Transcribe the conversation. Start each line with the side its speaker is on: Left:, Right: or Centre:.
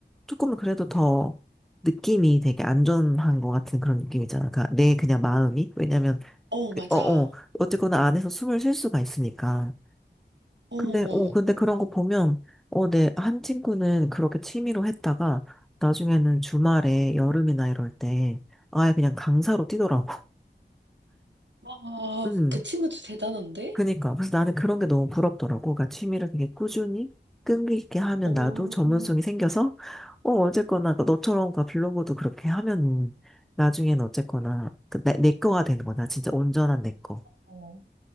Centre: 조금 그래도 더 느낌이 되게 안전한 것 같은 그런 느낌이잖아. 그내 그냥 마음이. 왜냐면,
Right: 어
Centre: 그-
Right: 맞아.
Centre: 어, 어, 어쨌거나 안에서 숨을 쉴 수가 있으니까.
Right: 어.
Centre: 근데, 어, 근데 그런 거 보면, 어, 내 한 친구는 그렇게 취미로 했다가, 나중에는 주말에 여름이나 이럴 때, 아예 그냥 강사로 뛰더라고. <laughs>
Right: 와
Centre: 음,
Right: 그 친구도 대단한데?
Centre: 그니까. 그래서 나는 그런 게 너무 부럽더라고. 그러니까 취미를 되게 꾸준히, 끈기 있게 하면
Right: 어.
Centre: 나도 전문성이 생겨서, 어, 어쨌거나, 그 너처럼 그 블로그도 그렇게 하면 나중에는 어쨌거나, 그 내, 내 거가 되는 거다. 진짜 온전한 내 거.
Right: 어.